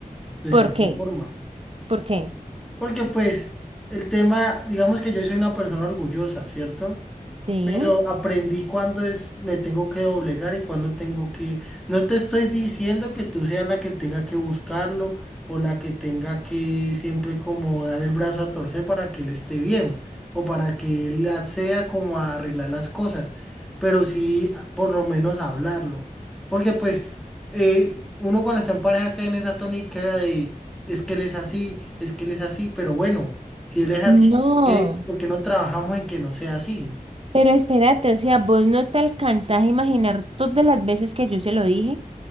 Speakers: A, in the centre; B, on the right.
A: de
B: ¿Por
A: cierta
B: qué?
A: forma.
B: ¿Por qué?
A: Porque pues el tema, digamos que yo soy una persona orgullosa, ¿cierto?
B: Sí.
A: Pero aprendí cuándo es, me tengo que doblegar y cuándo tengo que... No te estoy diciendo que tú seas la que tenga que buscarlo o la que tenga que siempre como dar el brazo a torcer para que él esté bien o para que él acceda como a arreglar las cosas, pero sí por lo menos hablarlo. Porque pues eh, uno cuando está en pareja cae en esa tónica de es que él es así, es que él es así, pero bueno, si él es así,
B: No,
A: ¿por qué, por qué no trabajamos en que no sea así?
B: pero espérate, o sea, vos no te alcanzás a imaginar todas las veces que yo se lo dije,